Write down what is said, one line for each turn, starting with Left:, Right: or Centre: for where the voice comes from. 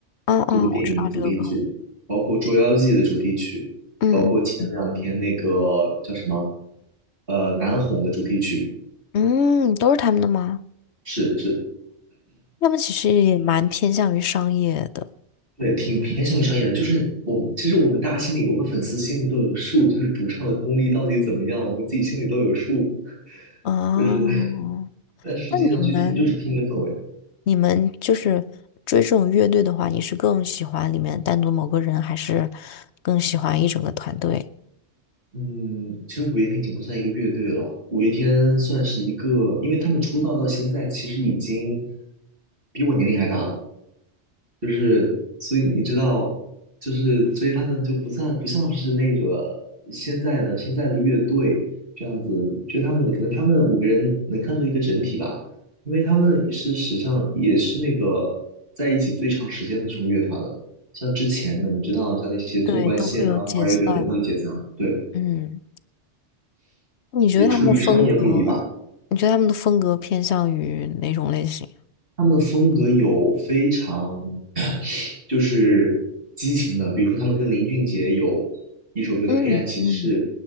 Left: 哦哦，
Right: 这部电影主题曲，
Left: 我知道这个歌，
Right: 包括《捉妖记》的主题曲，
Left: 嗯
Right: 包括前两天那个叫什么呃《难哄》的主题曲，
Left: 嗯，都是他们的吗？
Right: 是是，
Left: 他们其实也蛮偏向于商业的
Right: 对，挺偏向于商业的。就是我们其实我们大家心里，我们粉丝心里都有数，就是主唱的功力到底怎么样，我们自己心里都有数。<laughs>
Left: 哦。
Right: 就是，<laughs> 但实际上去听就是听一个氛围。
Left: 那你们，你们就是追这种乐队的话，你是更喜欢里面单独某个人，还是更喜欢一整个团队？
Right: 嗯，其实五月天已经不算一个乐队了，五月天算是一个，因为他们出道到现在，其实已经比我年龄还大了，就是所以你知道，就是所以他们就不算不像是那个现在的现在的乐队这样子，就他们可能他们五个人能看作一个整体吧，因为他们是史上也是那个在一起最长时间的这种乐团了，像之前的你知道像那些纵贯线啊，
Left: 对，都会有解散。
Right: 花儿乐队很早就解散了，对。
Left: 嗯，你觉得他们的风格，
Right: 也出于商业目的吧。
Left: 你觉得他们的风格偏向于哪种类型？
Right: 他们的风格有非常 <clears throat> 就是激情的，比如说他们跟林俊杰有一首歌叫《黑暗骑士》，
Left: 嗯嗯